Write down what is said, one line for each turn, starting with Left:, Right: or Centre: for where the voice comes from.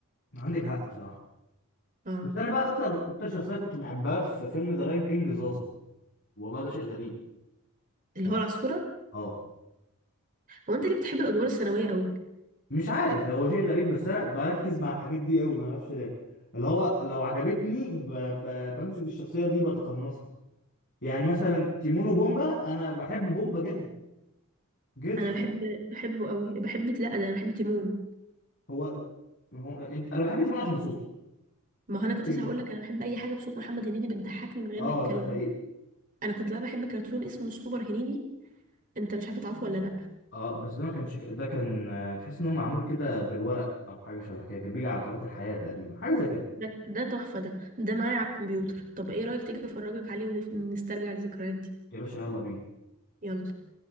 Left: عندك حق بصراحه
Right: اه
Left: بس انا بقى اكتر اكتر شخصيه كنت بحبها في فيلم ذا لايون كينج زازا والله ده شيء غريب
Right: اللي
Left: يعني،
Right: هو العصفورة
Left: اه
Right: هو انت ليه بتحب الأدوار الثانوية قوي
Left: مش عارف هو شيء غريب بس انا بركز مع الحاجات دي قوي ما اعرفش ليه اللي هو لو عجبتني ب... ب... بمسك الشخصيه دي بتقمصها يعني مثلا تيمون وبومبا انا بحب بومبا جدا جدا
Right: انا بحب
Left: <laughs>
Right: بحبه قوي بحب لا ده انا بحب تيمون
Left: هو هو انت انا بحب تيمون عشان صوته
Right: ما هو انا
Left: لكن
Right: كنت لسه هقول لك انا بحب اي حاجة بصوت محمد هنيدي بتضحكني من غير
Left: اه
Right: ما يتكلم
Left: ده حقيقي
Right: انا كنت بقى بحب كرتون اسمه سوبر هنيدي انت مش عارفه تعرفه ولا لا
Left: اه بس ده ما كانش ك- ده كان آه، تحس ان هو معمول كده بالورق او حاجه شبه كده كان بيجي على قناه الحياه تقريبا حاجه زي كده
Right: ده ده تحفة ده ده معايا على الكمبيوتر طب ايه رأيك تيجي افرجك عليه ونسترجع الذكريات دي
Left: يا باشا يلا بينا
Right: يلا